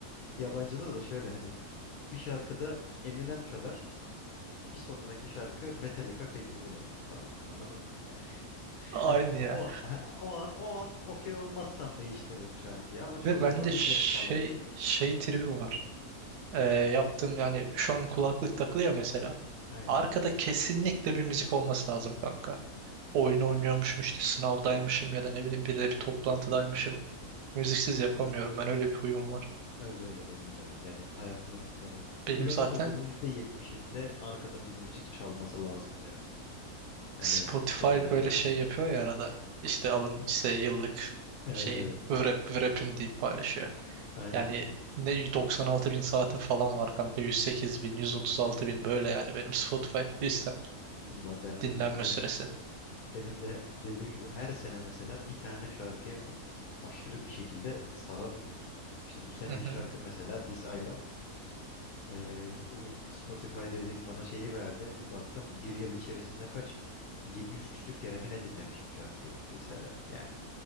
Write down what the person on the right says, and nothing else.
Aynı
ya.
Ve bende
şey
şey tribi var. E, yaptığım yani şu an kulaklık takılı ya mesela.
Arkada kesinlikle bir müzik olması lazım kanka. oyun oynuyormuşum işte sınavdaymışım ya da ne bileyim biriyle bir toplantıdaymışım. Müziksiz yapamıyorum. Ben öyle bir huyum var.
Benim
zaten
Spotify
böyle şey yapıyor ya arada. İşte alın işte yıllık
şeyin
vrap vrap'in deyip paylaşıyor.
Yani ne 96 bin saatin falan var kanka. 108 bin, 136 bin böyle yani benim Spotify listem
dinlenme
süresi.
Hı hı.